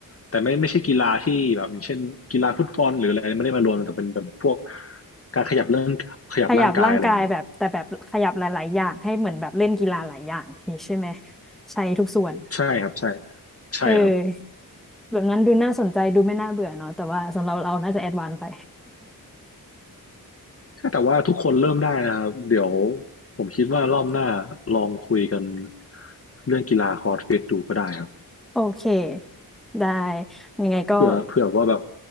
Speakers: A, on the left; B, in the centre.
A: แต่ไม่ไม่ใช่กีฬาที่แบบเช่นกีฬาฟุตบอลหรืออะไรไม่ได้มารวมแต่เป็นแบบพวกการขยับเรื่องขยับร่างกายอะไรอย่างเงี้ย
B: ขยับร่างกายแบบแต่แบบขยับหลายๆอย่างให้เหมือนแบบเล่นกีฬาหลายอย่างนี่ใช่ไหมใช้ทุกส่วน
A: ใช่ครับใช่ใช่ครับ
B: เออแบบนั้นดูน่าสนใจดูไม่น่าเบื่อเนาะแต่ว่าสำหรับเราน่าจะแอดวานซ์ไป
A: ใช่แต่ว่าทุกคนเริ่มได้นะครับเดี๋ยวผมคิดว่ารอบหน้าลองคุยกันเรื่องกีฬาคอร์สฟิตดูก็ได้ครับ
B: <laughs> โอเคได้ยังไงก็
A: เผื่อเผื่อว่าแบบ